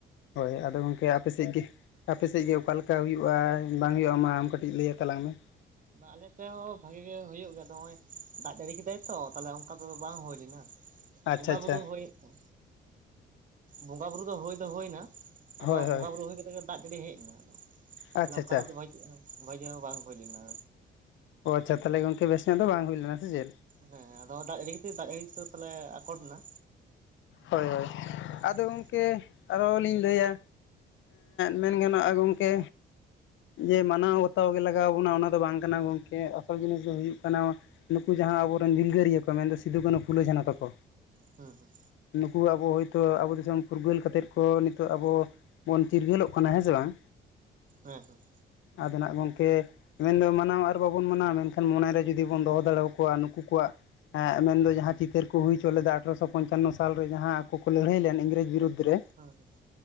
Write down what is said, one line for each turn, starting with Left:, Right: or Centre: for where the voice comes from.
Left: ᱦᱳᱭ ᱟᱫᱚ ᱜᱚᱢᱠᱮ ᱟᱯᱮ ᱥᱮᱫ ᱜᱮ ᱟᱯᱮ ᱥᱮᱫ
Right: ᱦᱮᱸ
Left: ᱜᱮ ᱚᱠᱟ
Right: ᱦᱮᱸ
Left: ᱞᱮᱠᱟ ᱦᱩᱭᱩᱜᱼᱟ, ᱵᱟᱝ ᱦᱩᱭᱩᱜᱼᱟ‌, ‌ᱢᱟ ᱟᱢ ᱠᱟᱹᱴᱤᱡ ᱞᱟᱹᱭ ᱛᱟᱞᱟᱝ ᱢᱮ ᱾
Right: ᱵᱟ ᱟᱞᱮ ᱥᱮᱫ ᱦᱚᱸ ᱵᱷᱟᱜᱤ ᱜᱮ ᱦᱩᱭᱩᱜ ᱜᱮᱭᱟ ᱾ᱟᱫᱚ ᱱᱚᱜᱼᱚᱭ ᱫᱟᱜ ᱡᱟᱹᱲᱤ ᱠᱮᱫᱟᱭ ᱛᱚ ᱛᱟᱦᱞᱮ ᱚᱱᱠᱟ ᱛᱚ ᱵᱟᱝ ᱦᱩᱭ ᱞᱮᱱᱟ ᱾
Left: ᱟᱪᱪᱷᱟ
Right: ᱵᱚᱸᱜᱟ
Left: ᱟᱪᱪᱷᱟ
Right: ᱵᱩᱨᱩ ᱦᱩᱭᱱᱟ ᱵᱚᱸᱜᱟ ᱵᱩᱨᱩ ᱫᱚ ᱦᱩᱭ ᱫᱚ ᱦᱩᱭᱱᱟ ᱟᱫᱚ
Left: ᱦᱳᱭ ᱦᱳᱭ
Right: ᱵᱚᱸᱜᱟ ᱵᱩᱨᱩ ᱦᱩᱭ ᱠᱟᱛᱮᱜ ᱜᱮ ᱫᱟᱜ ᱡᱟᱹᱲᱤ ᱦᱮᱡ ᱮᱱᱟ ᱟᱫᱚ
Left: ᱟᱪᱪᱷᱟ
Right: ᱛᱟᱦᱮ ᱚᱱᱠᱟ
Left: ᱟᱪᱪᱷᱟ
Right: ᱫᱚ <unintelligible> ᱦᱚᱸ ᱵᱟᱝ ᱦᱩᱭ ᱞᱮᱱᱟ
Left: ᱚ ᱟᱪᱪᱷᱟ ᱛᱟᱦᱚᱞᱮ ᱜᱚᱢᱠᱮ ᱵᱮᱥ ᱧᱚᱜ ᱫᱚ ᱵᱟᱝ ᱦᱩᱭ ᱞᱮᱱᱟ ᱥᱮ ᱪᱮᱫ
Right: ᱦᱮᱸ ᱦᱮᱸ ᱟᱫᱚ ᱫᱟᱜ ᱡᱟᱹᱲᱤ ᱠᱷᱟᱹᱛᱤᱨ ᱫᱟᱜ ᱡᱟᱹᱲᱤ <inaudible> ᱠᱟᱛᱮ ᱛᱟᱦᱚᱞᱮ ᱟᱠᱚᱴ ᱮᱱᱟ
Left: ᱦᱳᱭ ᱦᱳᱭ ᱟᱫᱚ
Right: ᱦᱮᱸ
Left: ᱜᱚᱢᱠᱮ ᱟᱨᱚ ᱞᱤᱧ ᱞᱟᱹᱭᱟ ᱢᱮᱱ ᱜᱟᱱᱚᱜᱼᱟ ᱜᱚᱝᱠᱮ ᱡᱮ ᱢᱟᱱᱟᱣ ᱵᱟᱛᱟᱣ ᱜᱮ ᱞᱟᱜᱟᱣ ᱵᱚᱱᱟ ᱚᱱᱟ ᱫᱚ ᱵᱟᱝ ᱠᱟᱱᱟ ᱜᱚᱝᱠᱮ ᱟᱥᱚᱞ ᱡᱤᱱᱤᱥ ᱫᱚ ᱦᱩᱭᱩᱜ ᱠᱟᱱᱟ ᱱᱩᱠᱩ ᱡᱟᱦᱟᱸ ᱟᱵᱚᱨᱮᱱ ᱫᱤᱞᱜᱟᱹᱨᱤᱭᱟᱹ ᱠᱚ ᱢᱮᱱᱫᱚ ᱥᱤᱫᱩᱼ ᱠᱟᱹᱱᱩ ᱯᱷᱩᱞᱟᱹ ᱡᱷᱟᱱᱚ ᱛᱟᱠᱚ
Right: ᱦᱮᱸ ᱦᱮᱸ
Left: ᱱᱩᱠᱩ ᱟᱵᱚ ᱦᱚᱭᱛᱳ ᱟᱵᱚ ᱫᱤᱥᱚᱢ ᱯᱷᱩᱨᱜᱟᱹᱞ ᱠᱟᱛᱮᱫ ᱠᱚ ᱱᱤᱛᱚᱜ ᱟᱵᱚ ᱵᱚᱱ ᱪᱤᱨᱜᱟᱹᱞᱚᱜ ᱠᱟᱱᱟ ᱦᱮᱸ ᱥᱮ ᱵᱟᱝ
Right: ᱦᱮᱸ ᱦᱮᱸ
Left: ᱟᱫᱚ ᱱᱟᱜ ᱜᱚᱢᱠᱮ ᱢᱮᱱᱫᱚ ᱢᱟᱱᱟᱣ ᱟᱨ ᱵᱟᱵᱚᱱ ᱢᱟᱱᱟᱣᱟ ᱢᱮᱱᱠᱷᱟᱱ ᱢᱚᱱᱮᱨᱮ ᱡᱩᱫᱤ ᱵᱚᱱ ᱫᱚᱦᱚ ᱫᱟᱲᱮᱭᱟᱠᱚᱣᱟ ᱱᱩᱠᱩ ᱠᱚᱣᱟᱜ ᱢᱮᱱᱫᱚ ᱡᱟᱦᱟᱸ ᱪᱤᱛᱟᱹᱨ ᱠᱚ ᱦᱩᱭᱪᱚ ᱞᱮᱫᱟ ᱟᱴᱷᱨᱚᱥᱚ ᱯᱚᱧᱪᱟᱱᱱᱚ ᱥᱟᱞ ᱨᱮ ᱡᱟᱦᱟᱸ ᱟᱠᱚ ᱠᱚ ᱞᱟᱹᱲᱦᱟᱹᱭ ᱞᱮᱱ ᱤᱝᱨᱮᱡᱽ ᱵᱤᱨᱩᱫᱽ ᱨᱮ
Right: ᱦᱮᱸ